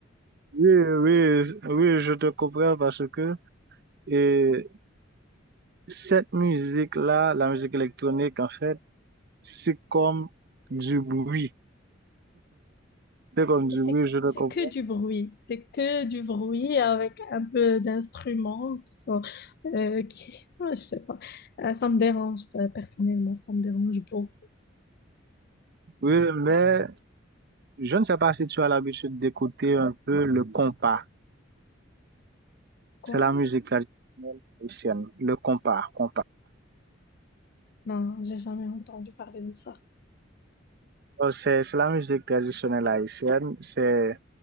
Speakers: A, on the right; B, on the left.
A: Oui, oui, oui, je te comprends parce que et cette musique-là, la musique électronique, en fait, c'est comme du bruit. C'est comme du
B: Mais c'est,
A: bruit, je te
B: c'est
A: comprends.
B: que du bruit. C'est que du bruit avec un peu d'instruments qui sont Euh, qui... ouais, je sais pas. Euh, ça me dérange, euh, personnellement, ça me dérange beaucoup.
A: Oui, mais je ne sais pas si tu as l'habitude d'écouter un peu le compas.
B: Quoi?
A: C'est la musique traditionnelle haïtienne, le compas, compas.
B: Non, j'ai jamais entendu parler de ça.
A: Oh, C'est c'est la musique traditionnelle haïtienne. C'est